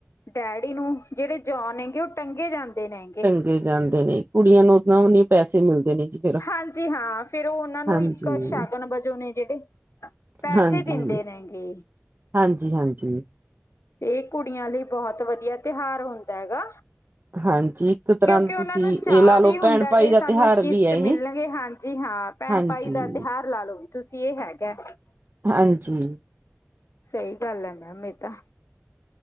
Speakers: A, on the left; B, on the right.
A: ਡੈਡੀ ਨੂੰ ਜਿਹੜੇ ਜਵਾਨ ਹੈਗੇ ਉਹ ਟੰਗੇ ਜਾਂਦੇ ਨੇ ਹੈਗੇ।
B: ਲੱਗੇ ਜਾਂਦੇ ਨੇ ਕੁੜੀਆਂ ਨੂੰ ਉਦਾਂ ਉਹਨੇ ਪੈਸੇ ਮਿਲਦੇ ਨੇ ਜੀ। ਫੇਰ
A: ਹਾਂਜੀ ਹਾਂ ਫੇਰ ਉਹ ਉਹਨਾਂ ਨੂੰ
B: ਹਾਂਜੀ
A: ਇੱਕ ਸ਼ਗਨ ਵਜੋਂ ਨੇ ਜਿਹੜੇ ਪੈਸੇ
B: ਹਾਂਜੀ,
A: ਦਿੰਦੇ ਨੇ ਗੇ।
B: ਹਾਂਜੀ -ਹਾਂਜੀ।
A: ਤੇ ਕੁੜੀਆਂ ਲਈ ਬਹੋਤ ਵਧੀਆ ਤਿਉਹਾਰ ਹੁੰਦਾ ਹੈਗਾ।
B: ਹਾਂਜੀ, ਇੱਕ ਤਰ੍ਹਾਂ
A: ਕਿਉਂਕਿ
B: ਦਾ
A: ਉਹਨਾਂ
B: ਤੁਸੀਂ
A: ਨੂੰ ਚਾਅ
B: ਇਹ ਲਾ ਲਓ
A: ਵੀ ਹੁੰਦਾ,
B: ਭੈਣ
A: ਏ
B: ਭਾਈ
A: ਵੇ ਕਿ
B: ਦਾ
A: ਸਾਨੂੰ
B: ਤਿਉਹਾਰ
A: ਗਿਫਟ
B: ਵੀ ਹੈ ਇਹ।
A: ਮਿਲਣਗੇ ਹਾਂਜੀ ਹਾਂ। ਭੈਣ
B: ਹਾਂਜੀ,
A: ਭਾਈ ਦਾ ਤਿਉਹਾਰ ਲਾਲੋ ਵੀ ਤੁਸੀਂ ਇਹ ਹੈਗਾ਼।
B: ਹਾਂਜੀ।
A: ਸਹੀ ਗੱਲ ਹੈ ਮੈਮ ਇਹ ਤਾਂ।